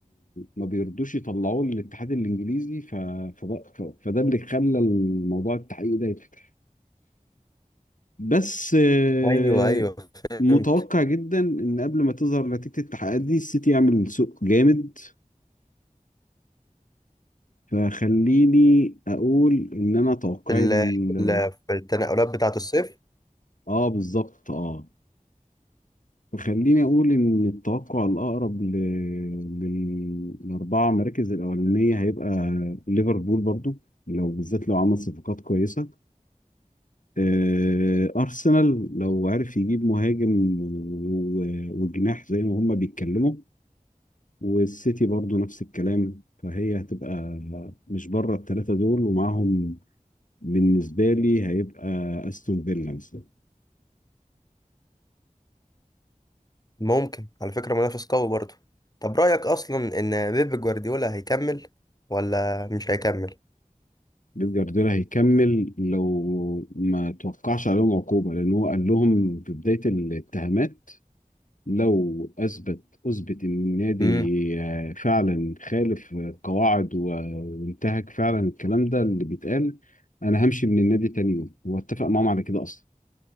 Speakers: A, on the left; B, on the left.
A: ما بيرضوش يطلعوه للاتحاد الانجليزي ف... ف... ف... فده اللي خلى الموضوع التحقيق ده يتفتح بس آه،
B: ايوه ايوه فهمت
A: متوقع جدا ان قبل ما تظهر نتيجة التحقيقات دي السيتي يعمل سوق جامد فخليني اقول ان انا توقعي
B: في ال-
A: ال-
B: في ال- في التنقلات بتاعت الصيف
A: اه بالظبط اه خليني أقول إن التوقع الأقرب ل... لل- للأربعة مراكز الأولانية هيبقى ليفربول برضو لو بالذات لو عمل صفقات كويسة آه، أرسنال لو عرف يجيب مهاجم و- وجناح زي ما هما بيتكلموا والسيتي برضو نفس الكلام فهي هتبقى مش بره الثلاثة دول ومعاهم بالنسبة لي هيبقى أستون فيلا مثلا
B: ممكن على فكرة منافس قوي برضه طب رأيك اصلا ان بيب جوارديولا هيكمل ولا مش هيكمل
A: بيب جوارديولا هيكمل لو ما توقعش عليهم عقوبة لأن هو قال لهم في بداية الاتهامات لو أثبت أثبت إن النادي
B: امم.
A: آه، فعلا خالف القواعد وانتهك فعلا الكلام ده اللي بيتقال أنا همشي من النادي تاني يوم هو اتفق معاهم على كده أصلا